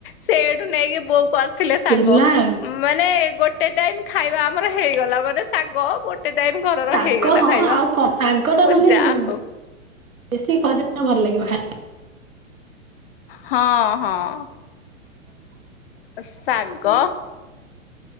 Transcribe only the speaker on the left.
ସେଇଠୁ ନେଇକି ବୋଉ କରିଥିଲେ ଶାଗ,
ଉଁ, ମାନେ ଗୋ ଟେ ଟାଇମ୍ ଖାଇବା ଆମର ହେଇଗଲା, ମାନେ ଶାଗ ଗୋଟେ ଟାଇମ ଘରର
ହେଇଗଲା
ଖାଇବା।
ମୁଁ କହିଲି
ଯା
ହଉ
ହଁ, ହଁ। ଶାଗ